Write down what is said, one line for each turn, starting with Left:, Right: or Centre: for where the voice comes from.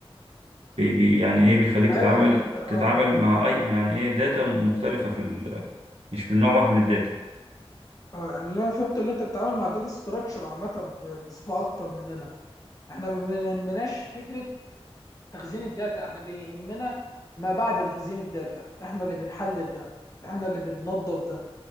Right: بي بي يعني ايه بيخليك
Left: ايوه
Right: تتعامل
Left: يعني انت اه
Right: تتعامل مع اي يعني ايه داتا مختلفة في ال... مش من نوع واحد من الداتا
Left: اه يعني اللي انا فهمته اللي انت بتتعامل مع داتا ستراكشر عامه ب- بصفه اكتر مننا احنا ما بيهمناش فكره تخزين الداتا احنا بيهمنا ما بعد تخزين الداتا احنا اللي بنحلل ده احنا اللي بننظف ده